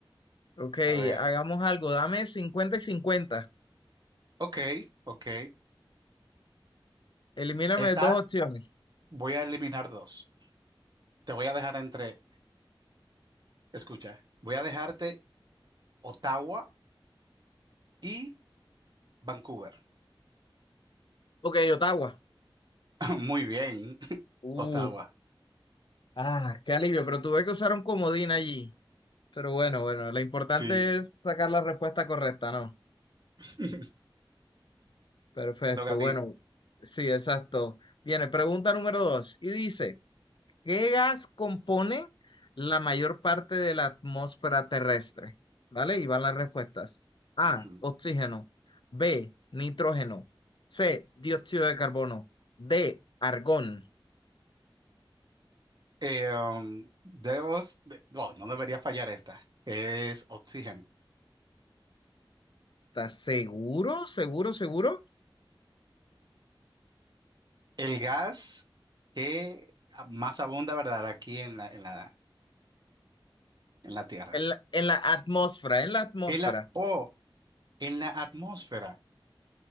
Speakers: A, on the left; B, on the right.
A: Ok,
B: A ver.
A: hagamos algo, dame 50 y 50,
B: Ok, ok.
A: elimíname
B: Esta
A: dos opciones.
B: voy a eliminar dos. Te voy a dejar entre, escucha, voy a dejarte Ottawa y Vancouver.
A: Ok, Ottawa.
B: <laughs> Muy bien, <laughs>
A: Uf,
B: Ottawa.
A: ah, qué alivio, pero tuve que usar un comodín allí. Pero bueno, bueno, lo importante
B: Sí,
A: es sacar la respuesta correcta, ¿no?
B: <laughs> te
A: Perfecto,
B: toca a
A: bueno,
B: ti.
A: sí, exacto. Viene, pregunta número dos, y dice... ¿Qué gas compone la mayor parte de la atmósfera terrestre? ¿Vale? Y van las respuestas. A,
B: Ujú.
A: oxígeno. B, nitrógeno. C, dióxido de carbono. D, argón.
B: Eh, um, debemos, de- bueno, no debería fallar esta. Es oxígeno.
A: ¿Estás seguro? ¿Seguro? ¿Seguro?
B: El gas que más abunda, ¿verdad? Aquí en la, en la, en la Tierra.
A: En la, en la atmósfera, en la atmósfera.
B: El a- o en la atmósfera.